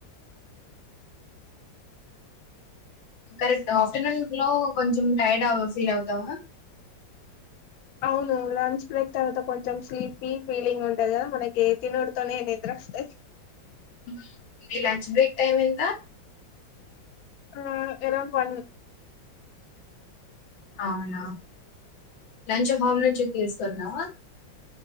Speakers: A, on the left; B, on the left.
A: కరెక్ట్ ఆఫ్టర్నూన్ లో కొంచెం టైర్డ్ ఫీల్ అవుతావ
B: అవును లంచ్ బ్రేక్ తర్వాత కొంచెం స్లీపీ ఫీలింగ్ ఉంటంది కదా మనకి తినడ్తోనే నిద్ర వస్తాంది
A: ఉహుమ్ మీ లంచ్ బ్రేక్ టైమ్ ఎంత
B: ఆ ఎరౌండ్ వన్
A: అవున లంచ హావ నుంచి కేసు కున్నావ